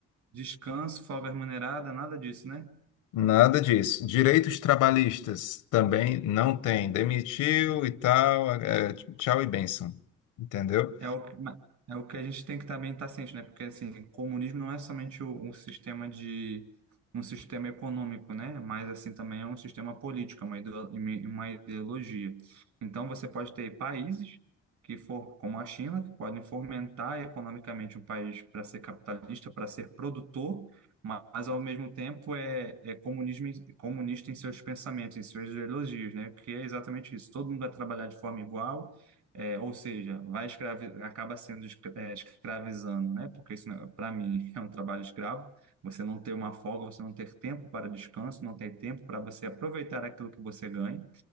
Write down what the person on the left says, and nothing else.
Nada disso. Direitos trabalhistas também não tem. Demitiu e tal, é, tchau e bênção. Entendeu?